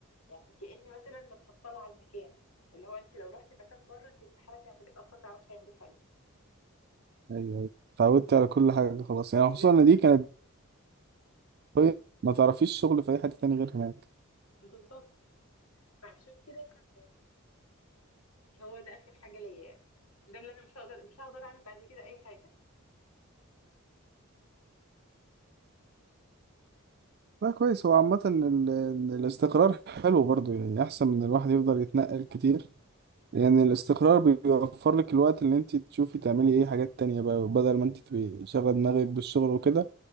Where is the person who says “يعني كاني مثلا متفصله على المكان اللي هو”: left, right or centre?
Left